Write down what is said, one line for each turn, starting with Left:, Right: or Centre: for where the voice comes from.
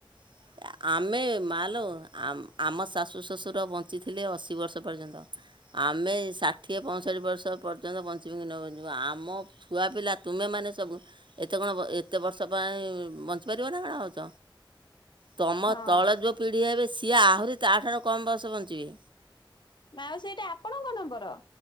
Right: <inaudible> ଆମେ ମାଲୋ ଆ ଆମ ଶାଶୁ ଶ୍ୱଶୁର ବଞ୍ଚିଥିଲେ ଅଶୀ ବର୍ଷ ପର୍ଯ୍ୟନ୍ତ ଆ ଆମେ ଷାଠିଏ ପଞ୍ଚଁଷଠି ବର୍ଷ ପର୍ଯ୍ୟନ୍ତ ବଞ୍ଚିବୁ କି ନ ବଞ୍ଚିବୁ ଆମ ଛୁଆ ପିଲା ତୁମେମାନେ ସ ସବୁ ଏତେ କଣ ଏତେ ବର୍ଷ ପାଇଁ ବଞ୍ଚିପାରିବ ନା କଣ ଭାବୁଛ। ତମ
Left: ହଁ।
Right: ତଳେ ଯଉଁ ପିଢ଼ି ହେବେ ସିଏ ଆହୁରି ତାଠାରୁ କମ୍ ବୟସ ବଞ୍ଚିବେ।
Left: ମାଉସୀ ଏଇଟା ଆପଣଙ୍କ ନମ୍ବର।